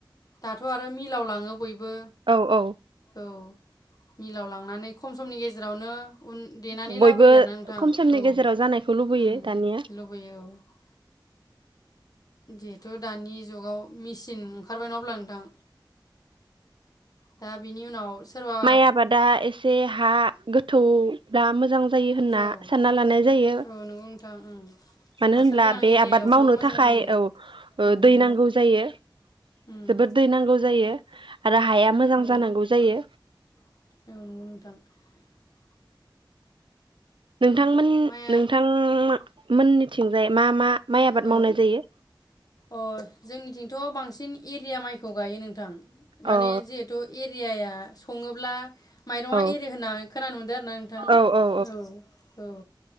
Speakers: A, on the left; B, on the right.
A: दाथ' आरो मिलाव लाङो बयबो
B: औ औ
A: औ मिलाव लांनानै खम समनि गेजेरावनो उन देनानै
B: बयबो
A: लाबोयो आरोना नोंथां
B: खम समनि
A: औ
B: गेजेराव जानायखौ लुबैयो दानिया
A: लुबैयो औ जिहेथु दानि जुगाव मिसिन थिन ओंखारबाय नङा अब्ला नोंथां दा बिनि उनाव सोरबा
B: माइ आबादा एसे हा गो थौब्ला मोजां जायो होनना
A: औ
B: सानना लानाय जायो
A: औ नंगौ नोंथां उम
B: मानो
A: हासार
B: होनब्ला
A: गोनां
B: बे
A: एरियायावबो
B: आबाद मावनो
A: मोजां
B: थाखाय
A: जायो
B: औ
A: औ
B: दै नांगौ
A: नोंथां
B: जायो
A: उम
B: जोबोद दै नांगौ जायो आरो हाया मोजां
A: औ
B: जानांगौ जायो
A: <inaudible>
B: नोंथांमोन
A: माइआ
B: नोंथां मोननि थिंजाय मा मा माइ आबाद
A: औ
B: मावनाय जायो
A: अ जोंनिथिंथ' बांसिन एरिया माइखौ गायो नोंथां माने
B: औ
A: जिहेथु एरियाया सङोब्ला माइरङा
B: औ
A: एरो होनना खोनानो मोनदों आरो ना नोंथां
B: औ औ
A: औ औ